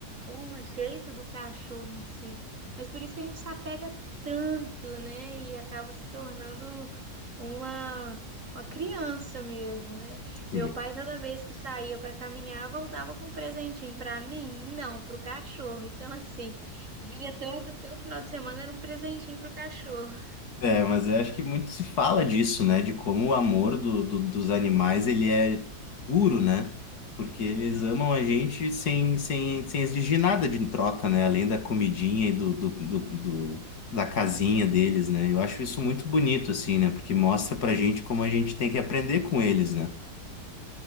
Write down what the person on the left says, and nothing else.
sim.
É, mas eu acho que muito se fala disso, né? De como o amor do, do- dos animais, ele é puro, né? Porque eles amam a gente sem, sem, sem exigir nada de em troca, né? Além da comidinha e do, do, do, do- da casinha deles, né? Eu acho isso muito bonito, assim, né? Porque mostra pra gente como a gente tem que aprender com eles, né?